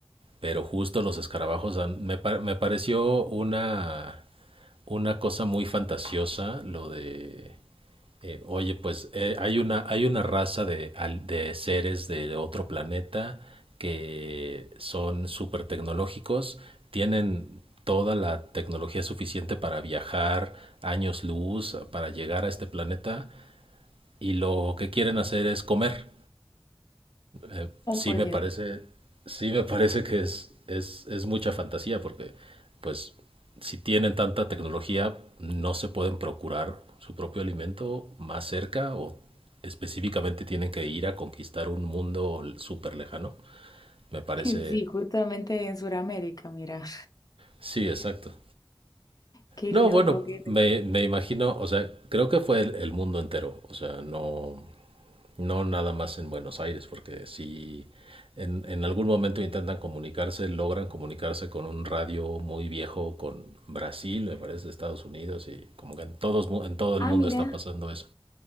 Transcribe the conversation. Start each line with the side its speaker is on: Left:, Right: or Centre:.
Right: pero justo los escarabajos dan- me, par- me pareció una, una cosa muy fantasiosa lo de, eh, oye, pues eh, hay una, hay una raza de, al- de seres de otro planeta que son súper tecnológicos, tienen toda la tecnología suficiente para viajar años luz, para llegar a este planeta, y lo que quieren hacer es comer eh,
Left: Oh,
Right: sí
Left: por
Right: me
Left: Dios.
Right: parece, sí me parece que es, es, es mucha fantasía, porque pues si tienen tanta tecnología, no se pueden procurar su propio alimento más cerca o específicamente tienen que ir a conquistar un mundo súper lejano. Me
Left: <laughs>
Right: parece,
Left: Sí, justamente en Sudamérica, mira.
Right: sí, exacto.
Left: Qué
Right: No,
Left: loco,
Right: bueno,
Left: qué loco.
Right: me, me imagino, o sea, creo que fue el, el mundo entero, o sea, no, No nada más en Buenos Aires, porque si en, en algún momento intentan comunicarse, logran comunicarse con un radio muy viejo, con Brasil, me parece, Estados Unidos, y como que en, todos, mu- en todo
Left: Ah,
Right: el mundo
Left: mira.
Right: está pasando eso.